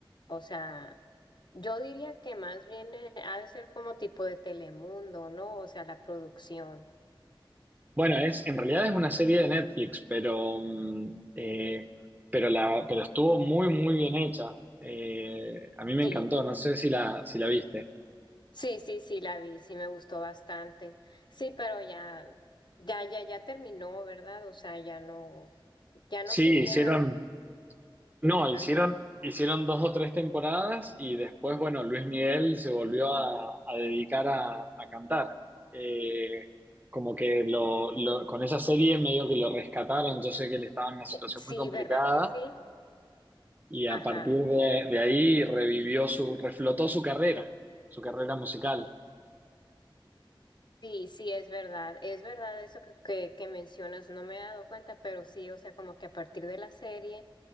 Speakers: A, on the left; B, on the right.
A: o sea, yo diría que más bien eh, ha de ser como tipo de Telemundo, ¿no? O sea, la producción.
B: Bueno, es, en realidad es una serie de Netflix, pero, mm, eh, pero, la, pero estuvo muy, muy bien hecha. Eh, a mí me
A: Sí,
B: encantó, no sé si la, si la viste.
A: sí, sí, sí, la vi, sí me gustó bastante. Sí, pero ya, ya, ya, ya terminó, ¿verdad? O sea, ya no, ya
B: Sí,
A: no siguieron.
B: hicieron,
A: a-
B: no,
A: Ujú,
B: hicieron, hicieron dos o tres temporadas y después, bueno, Luis Miguel se volvió a, a dedicar a, a cantar. Eh, como que lo, lo- con esa serie medio que lo rescataron, yo sé que él estaba en una situación
A: Sí,
B: muy complicada
A: ¿verdad que sí?
B: Y a
A: Ajá.
B: partir de, de ahí revivió su, reflotó su carrera, su carrera musical.
A: Sí, sí, es verdad, es verdad eso que, que, que mencionas, no me he dado cuenta, pero sí, o sea, como que a partir de la serie,